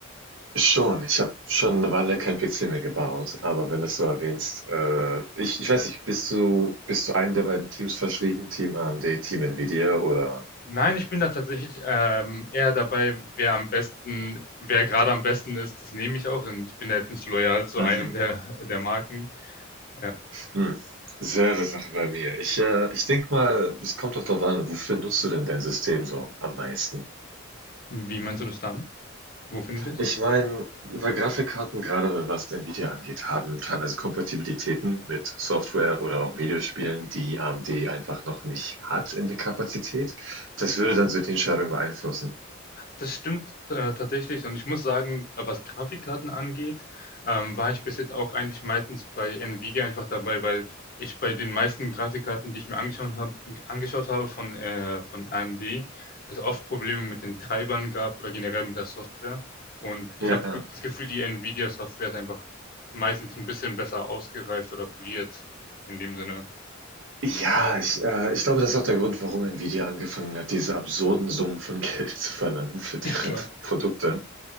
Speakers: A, on the right; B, on the left.
A: Schon, ich habe schon eine Weile kein PC mehr gebaut, aber wenn du es so erwähnst, äh, ich, ich weiß nicht, bist du, bist du einem der beiden Teams verschrieben, Team AMD, Team Nvidia oder?
B: Nein, ich bin da tatsächlich ähm, eher dabei, wer am besten, wer gerade am besten ist, das nehme ich auch. Und ich bin da jetzt nicht loyal zu
A: Mhm.
B: einem der, der Marken. Ja.
A: Mhm. Selbe Sache bei mir. Ich, äh, ich denke mal, es kommt doch darauf an, wofür nutzt du denn dein System so am meisten?
B: Wie meinst du das damit? Wo finde ich es?
A: Ich meine, weil Grafikkarten, gerade was Nvidia angeht, haben teilweise Kompatibilitäten mit Software oder auch Videospielen, die AMD einfach noch nicht hat in der Kapazität. Das würde dann so die Entscheidung beeinflussen.
B: Das stimmt, äh, tatsächlich und ich muss sagen, äh, was Grafikkarten angeht, ähm, war ich bis jetzt auch eigentlich meistens bei Nvidia einfach dabei, weil ich bei den meisten Grafikkarten, die ich mir angeschaut hab, angeschaut habe von, äh, von AMD, es oft Probleme mit den Treibern gab oder generell mit der Software. Und ich
A: Ja,
B: habe
A: ja.
B: das Gefühl, die Nvidia-Software ist einfach meistens ein bisschen besser ausgereift oder poliert in dem Sinne.
A: Ja, ich, äh, ich glaube, das ist auch der Grund, warum Nvidia angefangen hat, diese absurden Summen von Geld <laughs> zu verlangen für deren
B: Ich glaube,
A: Produkte.